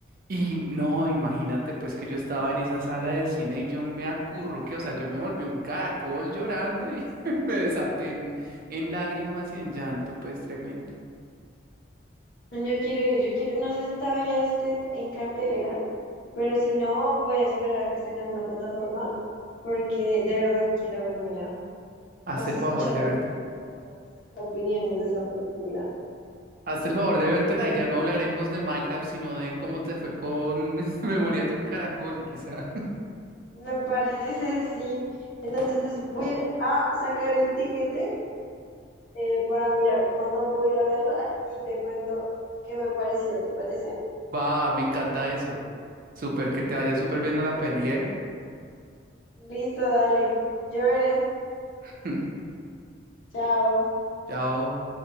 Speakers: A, on the right (about 45°); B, on the left (about 85°).
A: Y no, imagínate pues que yo estaba en esa sala de cine y yo me acurruqué, o sea, yo me volví un caracol llorando y <laughs> me desaté en, en lágrimas y en llanto, pues tremendo.
B: Ay, Yo quiero ir, yo quiero, no sé si todavía esté en cartelera, pero si no, voy a esperar a que esté en alguna plataforma, porque de verdad quiero vérmela.
A: Hazte
B: O sea,
A: el
B: he
A: favor
B: escuchado
A: de verte.
B: muchas opiniones de esa película.
A: Hazte el favor de vértela y ya no hablaremos de Minecraft, sino de cómo te fue con <laughs> Memorias de un Caracol, quizá.
B: Me parece, sí. Entonces voy a ir a sacar el tiquete eh, para mirar cuándo puedo ir a verla y te cuento qué me pareció, ¿te parece?
A: Va, me encanta eso. Súper, que te vaya súper viendo la peli, ¿eh?
B: Listo, dale. Yo veré.
A: <laughs>
B: Chao.
A: Chao.